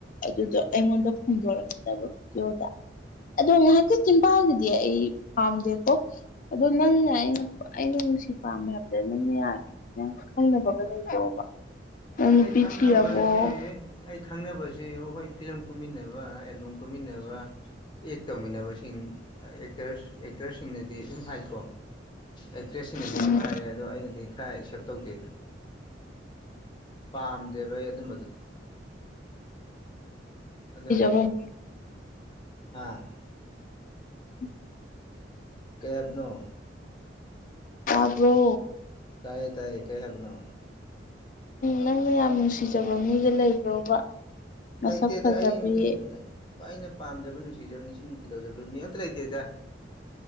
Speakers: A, on the left (about 45°); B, on the left (about 25°).
A: ꯑꯗꯨꯗꯣ
B: ꯎꯝ
A: ꯑꯩꯉꯣꯟꯗ ꯐꯣꯡꯗꯣꯔꯛꯀꯗꯕ ꯗꯤꯌꯣꯗ ꯑꯗꯣ ꯉꯥꯍꯥꯛꯀꯤ ꯆꯤꯟꯕꯥꯜꯗꯗꯤ ꯑꯩ ꯄꯥꯝꯗꯦꯀꯣ ꯑꯗꯣ ꯅꯪꯅ ꯑꯩꯅ ꯄꯥ ꯑꯩꯅ ꯅꯨꯡꯁꯤ ꯄꯥꯝꯃꯦ ꯍꯥꯏꯕꯗ ꯅꯪꯅ ꯌꯥꯗ꯭ꯔꯤ ꯅꯪ ꯈꯜꯂꯨꯕꯒ ꯂꯩꯕ꯭ꯔꯣꯕ ꯅꯪ ꯅꯨꯄꯤ
B: ꯑꯩ ꯈꯪꯅꯕꯁꯤ
A: ꯊꯤꯔꯕꯣ
B: ꯑꯩ ꯈꯪꯅꯕꯁꯤ ꯍꯣꯏ ꯐꯤꯂꯝ ꯀꯨꯝꯃꯤꯟꯅꯕ ꯑꯦꯜꯕꯝ ꯀꯨꯝꯃꯤꯟꯅꯕ ꯑꯦꯛ ꯇꯧꯃꯤꯟꯅꯕꯁꯤꯡ ꯑꯦꯛꯇꯔꯁ ꯑꯦꯛ ꯇ꯭ꯔꯦꯁꯁꯤꯡꯅꯗꯤ ꯑꯗꯨꯝ ꯍꯥꯏꯀꯣ ꯑꯦꯛꯇ꯭ꯔꯦꯁꯁꯤꯡꯅꯗꯤ
A: ꯅꯪ
B: ꯑꯗꯨꯝ ꯍꯥꯏꯔꯦꯠ ꯗꯣ ꯑꯩꯅꯗꯤ ꯈ꯭ꯔꯥ ꯑꯦꯛꯁꯦꯞ ꯇꯧꯗꯦꯗ ꯄꯥꯝꯗꯦꯕ ꯑꯩ ꯑꯗꯨꯝꯕꯗꯨꯗꯤ
A: ꯅꯨꯡꯁꯤꯖꯕ
B: ꯑꯗꯨꯅꯅꯤ ꯑꯥ
A: <unintelligible>
B: ꯀꯩ ꯌꯥꯕꯅꯣ
A: ꯇꯥꯕ꯭ꯔꯣ
B: ꯇꯥꯏꯌꯦ ꯇꯥꯏꯌꯦ ꯀꯩ ꯍꯥꯏꯕꯅꯣ
A: ꯅꯪꯅ ꯌꯥꯝ ꯅꯨꯡꯁꯤꯖꯕ ꯃꯤꯒ ꯂꯩꯕ꯭ꯔꯣꯕ ꯃꯁꯛ
B: ꯂꯩꯇꯦꯗ
A: ꯐꯖꯕꯤ
B: ꯑꯩꯟꯅ ꯑꯩꯅ ꯄꯥꯝꯖꯕ ꯅꯨꯡꯁꯤꯖꯕ ꯅꯤꯡꯁꯤꯡ ꯀꯩꯗꯧꯖꯕ ꯃꯤ ꯑꯝꯇ ꯂꯩꯇꯦꯗ